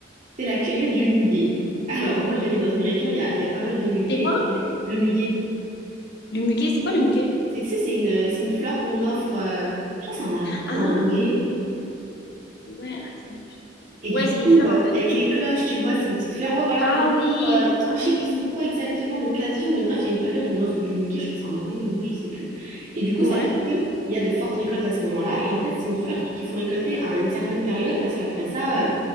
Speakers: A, on the right; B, on the left.
A: c'est la cueillette
B: D'accord.
A: du muguet. <laughs> Alors moi j'habite dans une région il y a, il y a pas mal de muguets
B: C'est quoi?
A: et le muguet
B: Le muguet, c'est quoi
A: c'est
B: le muguet?
A: c'est- tu sais c'est une c'est une fleur qu'on offre euh, je crois que c'est en avril
B: Ah,
A: ou en mai
B: ouais, attends, je... je-
A: Et
B: Ouais,
A: du coup,
B: c'est une fleur
A: euh,
B: en fait.
A: avec les cloches, tu vois, c'est une petite fleur, ouais, voilà,
B: Ah
A: qu'on offre.
B: oui,
A: euh, ah, je sais
B: oui,
A: plus c'est
B: oui,
A: quoi exactement l'occasion, mais bref, il y a une période où on offre du muguet, je crois que c'est en avril ou mai, je sais plus. Et du coup,
B: oui.
A: ça
B: Ouais,
A: fait que il y a de fortes récoltes à ce moment-là. Et en fait, c'est une fleur qu'il faut récolter à une certaine période parce qu'après ça, euh,